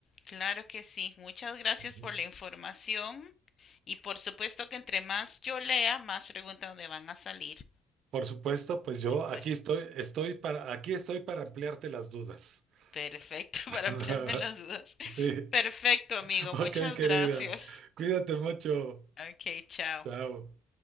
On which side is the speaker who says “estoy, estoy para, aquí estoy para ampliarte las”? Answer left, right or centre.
Right